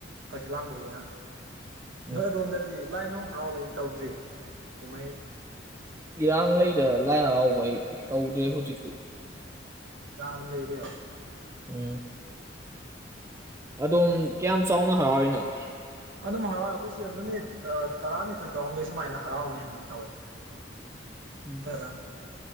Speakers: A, on the right; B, on the right.
A: ꯍꯛꯆꯤꯠ ꯂꯥꯡꯕ ꯑꯣꯏꯅ
B: ꯎꯝ
A: ꯅꯣꯏ ꯑꯗꯣꯝꯗꯗꯤ ꯂꯥꯏ ꯅꯨꯡ ꯍꯔꯥꯎꯕꯩ ꯇꯧꯗ꯭ꯔꯤ ꯀꯨꯝꯍꯩ
B: ꯏꯌꯥꯥꯡ ꯂꯩꯗ ꯂꯥꯏ ꯍꯔꯥꯎꯕꯩ ꯇꯧꯗꯦ ꯍꯧꯖꯤꯛꯇꯤ
A: ꯑꯣ ꯏꯔꯥꯡ ꯑꯗꯨꯝ ꯂꯩꯔꯤꯕ
B: ꯎꯝ ꯑꯗꯣꯝ ꯀꯌꯥꯝ ꯆꯥꯎꯅ ꯍꯔꯥꯎꯔꯤꯅꯣ
A: ꯑꯗꯨꯝ ꯍꯔꯥꯎꯋꯦ ꯑꯩꯈꯣꯏ ꯁꯤꯗ ꯅꯨꯃꯤꯠ ꯇꯔꯥꯅꯤꯊꯣꯏ ꯇꯔꯥꯍꯨꯝꯗꯣꯏ ꯁꯨꯃꯥꯏꯅ ꯍꯔꯥꯎꯅꯤ ꯍꯥꯏꯒꯨꯝ ꯇꯧꯋꯦ
B: ꯎꯝ
A: ꯐꯖꯅ